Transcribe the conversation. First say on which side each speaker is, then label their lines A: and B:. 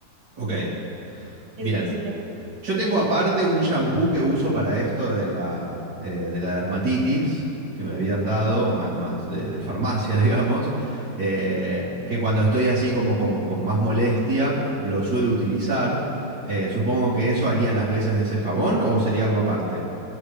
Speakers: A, on the right (about 65°); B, on the right (about 90°).
A: Ok,
B: Eso,
A: bien.
B: eso sería como
A: Yo
B: tu recomendación.
A: tengo aparte un shampoo que uso para esto de la, eh, de la dermatitis que me habían dado, ma- más de, de farmacia, <laughs> digamos, eh,
B: Sí.
A: que cuando estoy así como con, con más molestia lo suelo utilizar. Eh, supongo que eso haría las veces de ese jabón o sería algo aparte.